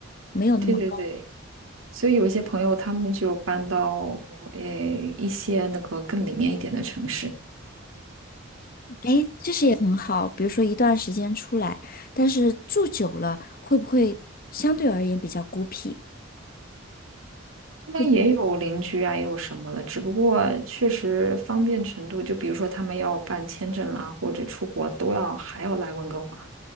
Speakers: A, on the left (about 45°); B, on the right (about 85°).
A: 没有那么。
B: 对对对，
A: 高。
B: 所以有些朋友他们就搬到诶一些那个更里面一点的城市，
A: 哎，其实也很好。比如说一段时间出来，但是住久了会不会相对而言比较孤僻？
B: 那边也有邻居啊，
A: 会觉得
B: 也有什么的，只不过确实方便程度，就比如说他们要办签证啦，或者出国都要还要来温哥华。